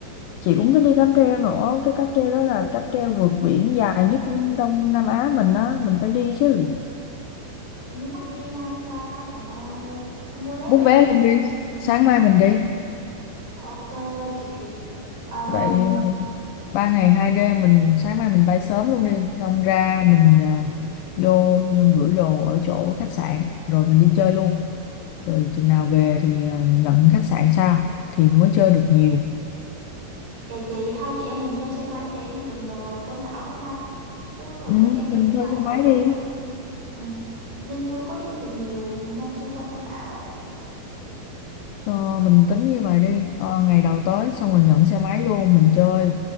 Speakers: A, on the left (about 75°); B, on the right (about 60°).
A: chị cũng thích đi cáp treo nữa cái cáp treo đó là cáp treo vượt biển dài nhất Đông Nam Á mình á mình phải đi chứ
B: tự nhiên mắc đi ngang ta trời ơi không mua lấy
A: bút
B: vậy
A: vé
B: cho
A: luôn đi sáng mai mình đi
B: Ok chị Ờ,
A: vậy ba ngày hai đêm mình sáng mai mình bay sớm luôn đi xong ra mình ờ, vô gửi đồ ở chỗ khách sạn rồi mình đi chơi luôn rồi chừng nào về thì à, nhận khách sạn sao thì mới chơi được nhiều
B: Vậy chị hai chị em mình thuê xe máy để đi lượn lờ quanh đảo luôn ha. Chứ hồi
A: ừ,
B: trước em
A: mình
B: đi
A: thuê
B: mà
A: xe máy
B: ở trong
A: đi
B: Vinh ừ. nên chưa có đi được nhiều nơi xung quanh trong đảo á.
A: ờ, mình tính như vậy đi ờ, ngày đầu tới xong rồi nhận xe máy luôn mình chơi